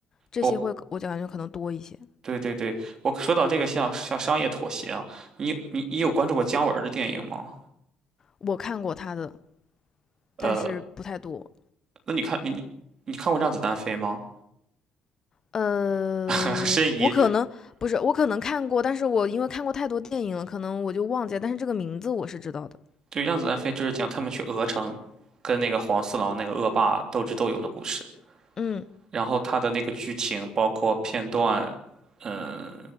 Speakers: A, on the left; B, on the right.
A: 这些会我感觉可能多一些。
B: 哦，对对对，我说到这个像像商业妥协啊，你你你有关注过姜文儿的电影吗？
A: 我看过他的，
B: 呃，
A: 但是不太多。
B: 那你看你你看过《让子弹飞》吗？
A: 呃，
B: <laughs> 申遗，
A: 我可能不是，我可能看过，但是我因为看过太多电影了，可能我就忘记了。但是这个名字我是知道的。
B: <laughs> 对，《让子弹飞》就是讲他们去鹅城跟那个黄四郎那个恶霸斗智斗勇的故事。
A: 嗯
B: 然后他的那个剧情包括片段，嗯，